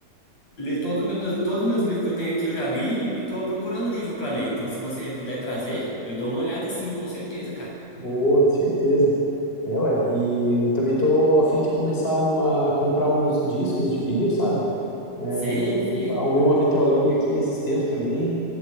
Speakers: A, on the left; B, on the left.
A: ler todos meus, todos os meus livros que eu tenho aqui, eu já li e tô procurando livro para ler. Então, se você puder trazer, eu dou uma olhada, sim, com certeza, cara.
B: boa, certeza. É, ué, e eu também tô a fim de começar a, mon- a comprar uns discos de vinil, sabe?
A: Sei,
B: Eu
A: sei.
B: arrumei uma vitrolinha aqui esses tempos também.